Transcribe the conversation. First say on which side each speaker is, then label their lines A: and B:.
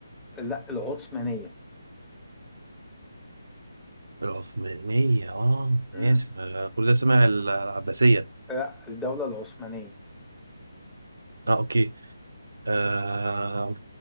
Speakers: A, in the centre; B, on the right.
A: لا العثمانية
B: العثمانية اه
A: مم.
B: أنا آسف أنا كل ده سامع العباسية
A: لا الدولة العثمانية
B: اه اوكي آه،